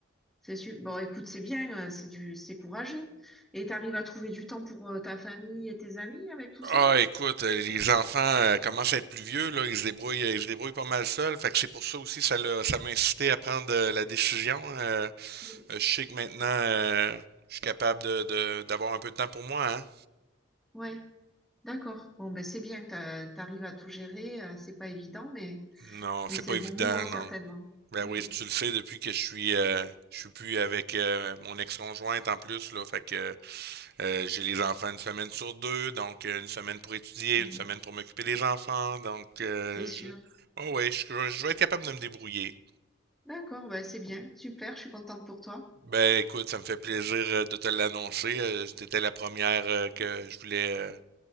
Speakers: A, in the centre; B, on the right.
A: C'est su... Bon, écoute, c'est bien, euh, c'est du... c'est courageux. Et t'arrives à trouver du temps pour euh, ta famille et tes amis avec tout ça?
B: Ah, écoute, euh, les enfants euh, commencent à être plus vieux, là, ils se débrouillent, ils se débrouillent pas mal seuls, fait que c'est pour ça aussi ça l'a- ça m'a incité à prendre euh, la décision. euh,
A: Oui.
B: Euh, je sais que maintenant, euh, je suis capable de, de- d'avoir un peu de temps pour moi, hein?
A: Ouais, d'accord. Bon, ben c'est bien que t'a- t'arrives à tout gérer. euh, C'est pas évident, mais,
B: Non,
A: mais
B: c'est
A: c'est
B: pas
A: le
B: évident,
A: bon moment, certainement.
B: non. Ben
A: Mm,
B: oui, tu le sais, depuis que je suis, euh, je suis plus avec euh, mon ex-conjointe en plus, là, fait que euh, j'ai les enfants une semaine sur deux, donc euh, une semaine pour étudier,
A: mm,
B: une semaine pour m'occuper des enfants, donc euh,
A: c'est sûr.
B: je... Oh ouais, je, je vais être capable de me débrouiller.
A: D'accord, bah c'est bien, super, je suis contente pour toi.
B: Ben écoute, ça me fait plaisir euh, de te l'annoncer. Euh, t'étais la première euh, que je voulais euh,